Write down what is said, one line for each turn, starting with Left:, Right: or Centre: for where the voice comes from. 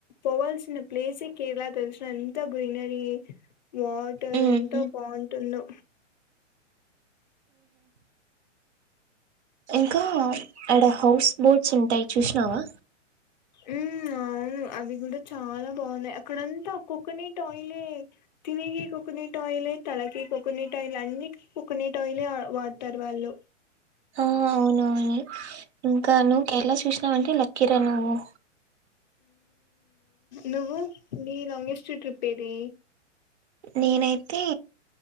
Left: పోవల్సిన ప్లేసే కేర్ల తెల్సా ఎంత గ్రీనరీ వాటర్
Right: ఉమ్
Left: ఎంతో బాగుంటుందో
Right: ఇంకా ఆడ హౌస్ బోట్స్ ఉంటాయి చూసినావా
Left: మ్మ్ అవును అవి కూడా చాలా బాగున్నాయి అక్కడంతా కోకోనట్ ఆయిలే తినేకి కోకోనట్ ఆయిలే తలకి కోకోనట్ ఆయిల్ అన్నికి కోకోనట్ ఆయిలే వాడతారు వాళ్ళు
Right: ఆ అవునవును ఇంకా నువ్వు కేరళ చూసినావంటే లక్కీరా నువ్వు
Left: నువ్వు నీ లాంగెస్ట్ ట్రిప్ ఏది
Right: నేనైతే